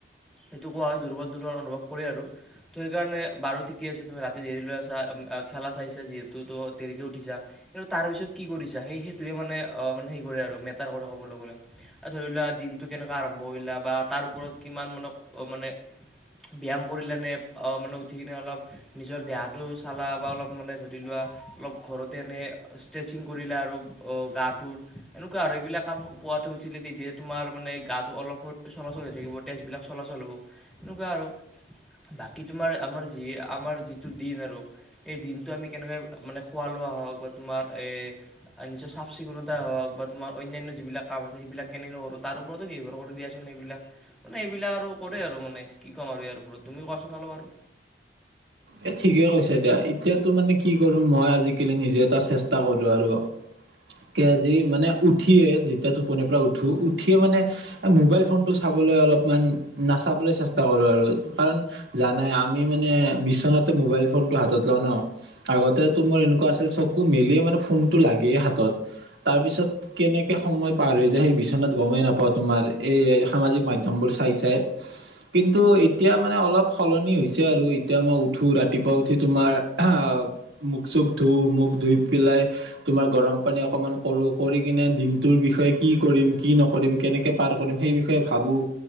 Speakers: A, in the centre; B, on the right.
A: সেইটো কোৱা হয় দুৰ্বল দুৰ্বল অনুভৱ কৰে আৰু তো সেইকাৰণে বাৰু ঠিক। ঠিকে আছা তুমি ৰাতি দেৰি লৈ আছা উম অ খেলা চাইছা যিহেতু তো দেৰিকৈ উঠিছা। কিন্তু তাৰ পিছত কি কৰিছা, সেই সেইটোহে মানে অ', মানে সেই কৰে আৰু মেটাৰ কৰে কবলৈ গ'লে। ধৰি লোৱা দিনটো কেনেকুৱা আৰম্ভ কৰিলা, বা তাৰ ওপৰত কিমান মানক মানে ব্যায়াম কৰিলে নে অ মানে উঠি কেনে অলপ। নিজৰ দেহাটো চালা বা অলপ মানে ধৰি লোৱা অলপ ঘৰতে এনেই। ষ্ট্ৰেছিং কৰিলা আৰু অ', গাটোৰ এনেকুৱা আৰু এইবিলাক কাম পুৱাতে উঠিলে তেতিয়াত তোমাৰ মানে গাটো অলপ শৰীৰ চলাচল হৈ থাকিব তেজবিলাক চলাচল হ'ব এনেকুৱা আৰু। বাকী তোমাৰ আমাৰ যি আ। আমাৰ যিটো দিন আৰু সেই দিনটো আমি কেনেকৈ মানে খোৱা লোৱা হওঁক বা তোমাৰ এই। আৰু নিজৰ চাফ চিকুণতা হওঁক বা তোমাৰ অন্যান্য যিবিলাক কাম আছে, সেইবিলাক কেনেকে কৰোঁ তাৰ ওপৰত নিৰ্ভৰ কৰে দিয়াচোন এইবিলাক। মানে এইবিলাক আৰু কৰে আৰু মানে কি ক'ম আৰু ইয়াৰ ওপৰত, তুমি কোৱাচোন অলপ আৰু?
B: এ ঠিকে কৈছে দিয়া, এতিয়াতো মানে কি কৰোঁ মই আজিকালি নিজে এটা চেষ্টা কৰোঁ আৰু। কে যি মানে উঠিয়ে যেতিয়া টোপনিৰ পৰা উঠো উঠিয়ে মানে। এ মোবাইল ফোনটো চাবলৈ অলপমান নাচাবলৈ চেষ্টা কৰোঁ আৰু কাৰণ, জানাই আমি মানে বিছ তোমাৰটো মোবাইল ফোনটো হাতত লওঁ ন। আগতেটো মোৰ এনেকুৱা আছিল চকু মেলিয়ে মানে ফোনতটো লাগেই হাতত, তাৰ পিছত কেনেকে সময় পাৰ হৈ যায় সেই বিচনাত গমেই নাপাওঁ তোমাৰ এই সামাজিক মাধ্যমবোৰ চাই চাই। কিন্তু এতিয়া মানে অলপ সলনি হৈছে আৰু এতিয়া মই উঠ। উঠো ৰাতিপুৱা উঠি তোমাৰ আহ মুখ-চুখ ধুওঁ মুখ ধুই পেলাই তোমাৰ গৰম পানী অকমান কৰোঁ, কৰি কেনে দিনটোৰ বিষয়ে কি কৰিম কি নক কৰিম কেনেকৈ পাৰ কৰিম সেই বিষয়ে ভাবোঁ,